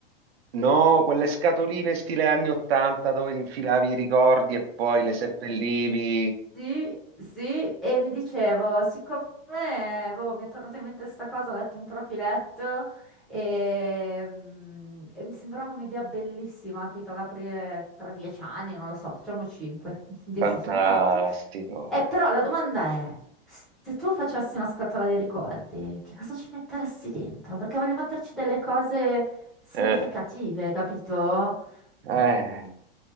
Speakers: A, on the right; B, in the centre.
A: No, quelle scatoline stile anni 80 dove infilavi i ricordi e poi
B: Sì,
A: le seppellivi.
B: sì, sì, e mi dicevo, siccome eh, boh, mi è tornata in mente sta cosa, ho letto un trafiletto e, mm, e mi sembrava un'idea bellissima, tipo ad aprire tra dieci anni, non lo so, facciamo cinque, <laughs> dieci
A: Fantastico.
B: sono tanti. Eh, però la domanda è, se tu facessi una scatola dei ricordi, che cosa ci metteresti dentro? Perché voglio metterci delle cose significative,
A: Eh,
B: capito?
A: eh,
B: Mm.